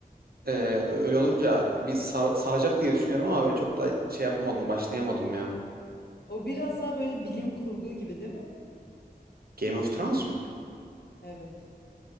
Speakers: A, on the right; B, on the left.
A: Ee, öyle olunca bir sar- saracak diye düşünüyorum ama böyle çok da şey yapamadım, başlayamadım ya.
B: O biraz daha böyle bilim kurgu gibi değil mi?
A: Game of Thrones mu?
B: Evet.